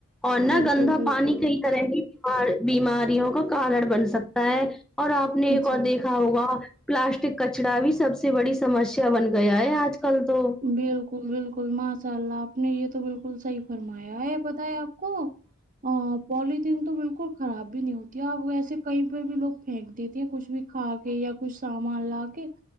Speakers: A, in the centre; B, on the right (about 40°).
A: اور
B: بالکل
A: نہ گندا
B: بالکل
A: پانی کئی طرح کی بیماریوں کا کارن بن سکتا ہے اور آپ نے ایک
B: جی
A: اور دیکھا ہوگا پلاسٹک کچڈا بھی سب سے بڑی سمسیا بن گیا ہے آج کل تو
B: بالکل بالکل ماشاء اللہ آپ نے یہ تو بالکل صحیح فرمایا ہے پتہ ہے آپ کو ا پلیتھیین تو بالکل خراب بھی نہیں ہوتی ہے اب ویسے کہیں پر بھی لوگ پھینک دیتے ہیں کچھ بھی کھا کے یا کچھ سامان لا کے